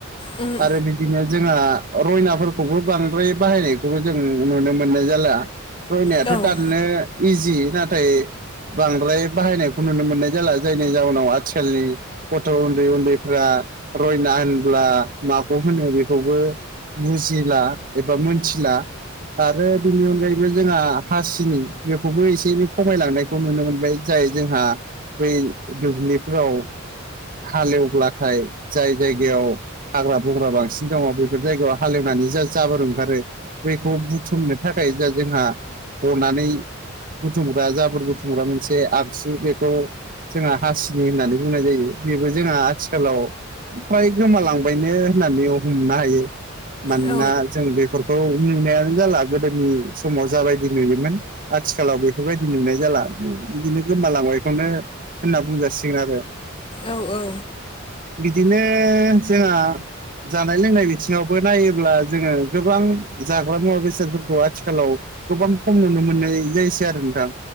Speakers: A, on the left; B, on the right.
A: औ
B: आरो बि दिनो जोंहा रयनाफोरखौबो बांद्राय बाहायनायखौबो जों नुनो मोननाय जाला। रयनायाथ'
A: औ
B: दाननो इजि नाथाय बांद्राय बाहायनायखौ नुनो मोननाय जाला जायनि जावनाव आथिखालनि गथ' उन्दै उन्दैफ्रा रयना होनब्ला माखौ होनो बेखौबो बुजिला एबा मोनथिला। आरो बेनि अनगायैबो जोंहा हासिनि बेखौबो एसे एनै खमायलांनाय खौ नुनो मोनबाय जाय जोंहा बै दुब्लिफोराव हालेवब्लाथाय जाय जायगायाव हाग्रा बंग्रा बांसिन दङ बेफोर जायगायाव हालेवनानै जा जाबोर ओंखारो बैखौ बुथुमनो थाखाय जा जोंहा हनानै बुथुमग्रा जाबोर बुथुमग्रा मोनसे आगजु बेखौ जोंहा हासिनि होननानै बुंनाय जायो। बेबो जोंहा आथिखालाव प्राय गोमालांबायनो होननानै हमनो हायो। मानोना
A: औ
B: जों बेफोरखौ नुनायानो जाला गोदोनि समाव जाबायदि नुयोमोन। आथिखालाव बेफोरबायदि नुनाय जाला बिदिनो गोमालांबायखौनो होनना बुंजासिगोन आरो।
A: औ औ।
B: बिदिनो जोंहा। जानाय लोंनाय बिथिङावबो नायोब्ला जोङो गोबां जाग्रा मुवा बेसादफोरखौ आथिखालाव गोबां खम नुनो मोननाय जायोसै आरो नोंथां।